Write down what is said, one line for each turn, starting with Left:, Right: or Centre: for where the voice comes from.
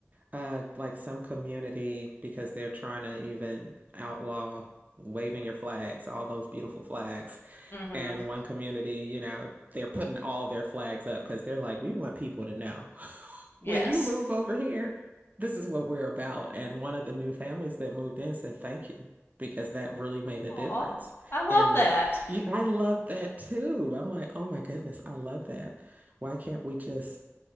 Right: Uh, like some community because they're trying to even outlaw waving your flags, all those beautiful flags.
Left: mm Mhm.
Right: and one community, you know, they're putting all their flags up because they're like, we want people to know <laughs>
Left: Yes.
Right: when you move over here, this is what we're about. And one of the new families that moved in said, thank you because that really made a
Left: Aw.
Right: difference.
Left: I love
Right: And
Left: that.
Right: you, I love that too. I'm like, oh my goodness, I love that. Why can't we just